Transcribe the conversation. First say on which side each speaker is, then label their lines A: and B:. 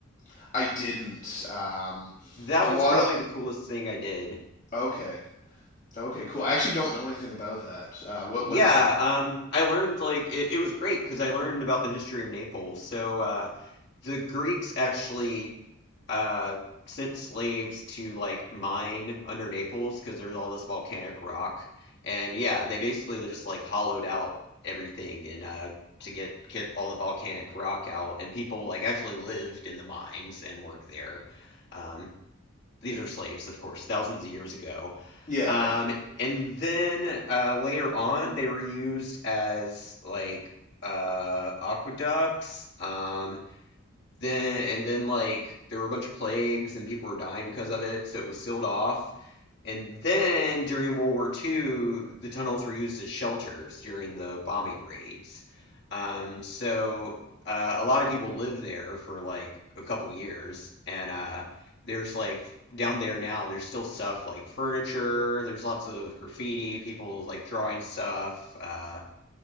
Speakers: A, on the left (about 35°); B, on the left (about 55°).
A: <laughs> I didn't. Um,
B: That
A: a
B: was
A: lot
B: probably
A: of
B: the coolest thing I did.
A: okay, okay, cool. I actually don't know anything about that. Uh, what
B: Yeah,
A: what is that?
B: um, I learned like it, it was great because I learned about the history of Naples. So uh, the Greeks actually uh, sent slaves to like mine under Naples because there's all this volcanic rock, and yeah, they basically just like hollowed out everything and uh, to get get all the volcanic rock out, and people like actually lived in the mines and worked there. Um, these are slaves, of course, thousands of years ago.
A: Yeah,
B: Um,
A: yeah.
B: and then uh, later on, they were used as like uh, aqueducts. Um, then and then like there were a bunch of plagues and people were dying because of it, so it was sealed off. And then during World War II, the tunnels were used as shelters during the bombing raids. Um, so uh, a lot of people lived there for like a couple years. And uh, there's like down there now, there's still stuff like furniture, there's lots of graffiti, people like drawing stuff. Uh,